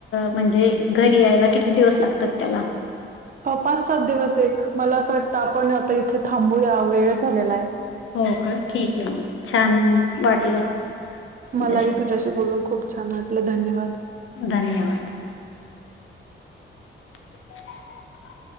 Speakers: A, on the left; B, on the right.
A: म्हणजे घरी यायला किती दिवस लागतात त्याला
B: पाच सात दिवस एक मला असं वाटतं आपण आता इथे थांबूया वेळ झालेला आहे.
A: हो का ठीक आहे म छान वाटलं तू
B: मलाही तुझ्याशी बोलून खूप छान वाटलं धन्यवाद.
A: धन्यवाद. <unintelligible>